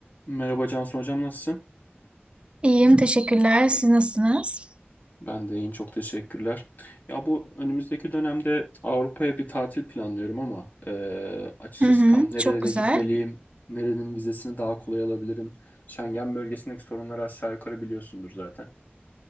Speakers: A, on the left; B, on the right.
A: Merhaba Cansu Hocam nasılsın?
B: İyiyim, teşekkürler. Siz nasılsınız?
A: Ben de iyiyim çok teşekkürler. Ya bu önümüzdeki dönemde Avrupa'ya bir tatil planlıyorum ama e, açıkçası
B: Hı hı,
A: tam nerelere
B: çok güzel.
A: gitmeliyim, nerenin vizesini daha kolay alabilirim. Schengen bölgesindeki sorunları aşağı yukarı biliyorsundur zaten.